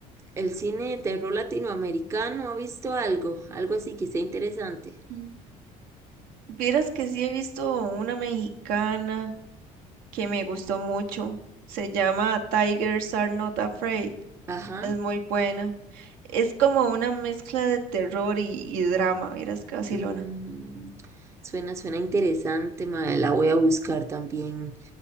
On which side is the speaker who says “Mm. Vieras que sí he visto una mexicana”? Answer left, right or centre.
Right